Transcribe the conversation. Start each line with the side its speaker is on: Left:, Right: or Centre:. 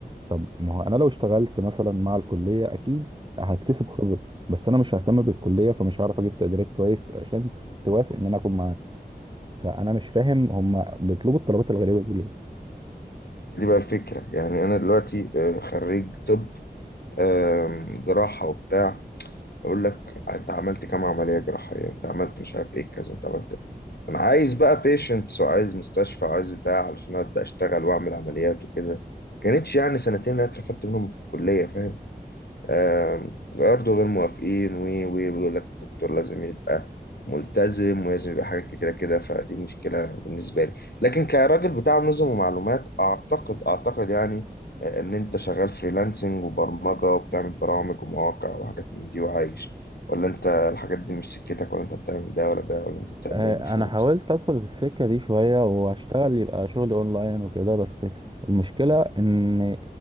Right: طب ما هو انا لو اشتغلت مثلا مع الكلية اكيد هكتسب خبرة بس انا مش ههتم بالكلية فمش هعرف اجيب تقديرات كويس عشان توافق ان انا اكون معاك فانا مش فاهم هم بيطلبوا الطلبات الغريبة دي ليه
Left: دي بقى الفكره يعني انا دلوقتي آه، خريج طب آم، جراحه وبتاع يقول لك انت عملت كام عمليه جراحيه انت عملت مش عارف ايه كذا انت عملت انا عايز بقى بيشنتس وعايز مستشفى وعايز بتاع علشان ابدا اشتغل واعمل عمليات وكده كانتش يعني سنتين اللي انا اترفدت منهم في الكليه فاهم آم، برضه غير موافقين و و ويقول لك الدكتور لازم يبقى ملتزم ولازم يبقى حاجات كتيرة كده فدي مشكلة بالنسبة لي لكن كراجل بتاع نظم ومعلومات أعتقد أعتقد يعني آه، إن أنت شغال فريلانسنج وبرمجة وبتعمل برامج ومواقع وحاجات من دي وعايش ولا أنت الحاجات دي مش سكتك ولا أنت بتعمل ده ولا ده ولا أنت بتعمل
Right: آه،
Left: إيه المفروض
Right: انا حاولت ادخل في السكه دي شويه واشتغل يبقى شغل اونلاين وكده بس المشكله ان